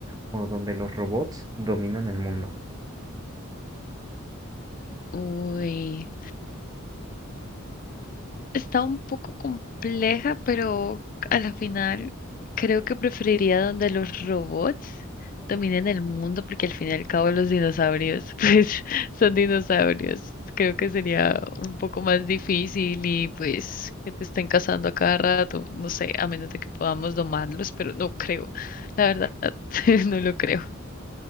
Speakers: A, on the right; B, on the left.
A: o donde los robots dominan el mundo?
B: Uy, está un poco compleja, pero a la final creo que preferiría donde los robots dominen el mundo, porque al fin y al cabo los dinosaurios, <laughs> pues son dinosaurios. Creo que sería un poco más difícil y pues que te estén cazando a cada rato, no sé, a menos de que podamos domarlos, pero no creo, la verdad, <laughs> no lo creo.